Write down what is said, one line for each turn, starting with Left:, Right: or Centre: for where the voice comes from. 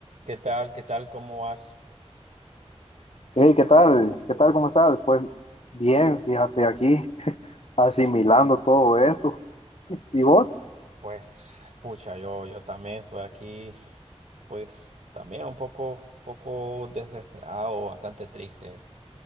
Right: ¿Qué tal? ¿Qué tal? ¿Cómo vas?
Left: Hey, ¿qué tal? ¿Qué tal? ¿Cómo estás? Pues bien, fíjate aquí, <laughs> asimilando todo esto. ¿Y vos?
Right: Pues, pucha, yo, yo también estoy aquí, pues, también un poco, poco desesperado, bastante triste,